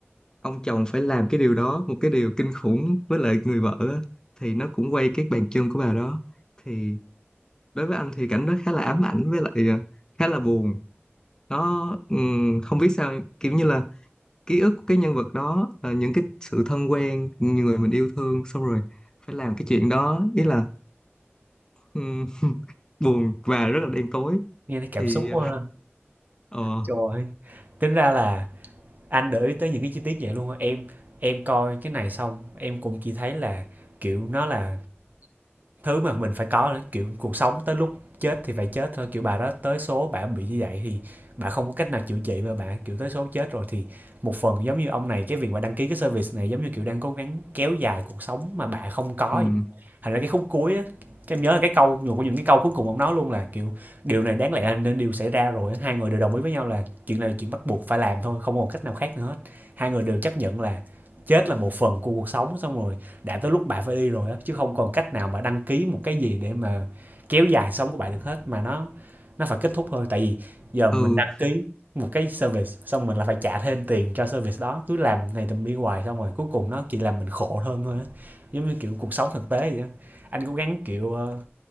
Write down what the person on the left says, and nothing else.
ông chồng phải làm cái điều đó một cái điều kinh khủng với lại người vợ á, thì nó cũng quay cái bàn chân của bà đó thì đối với anh thì cảnh đó khá là ám ảnh với lại ờ, khá là buồn nó ừm, không biết sao kiểu như là ký ức của cái nhân vật đó ờ, những cái sự thân quen những người mình yêu thương xong rồi phải làm cái chuyện đó ý là ừm, buồn và rất là đen tối
thì
ờ
ừm,
ừ